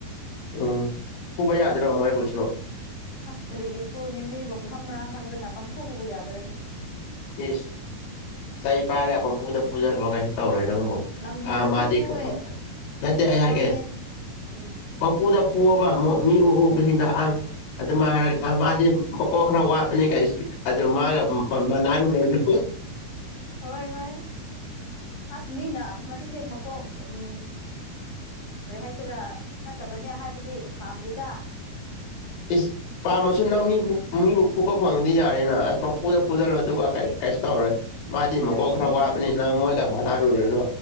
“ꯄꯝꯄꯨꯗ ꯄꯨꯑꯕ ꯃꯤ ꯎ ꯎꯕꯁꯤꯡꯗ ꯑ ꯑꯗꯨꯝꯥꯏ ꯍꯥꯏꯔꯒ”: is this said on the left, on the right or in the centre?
Left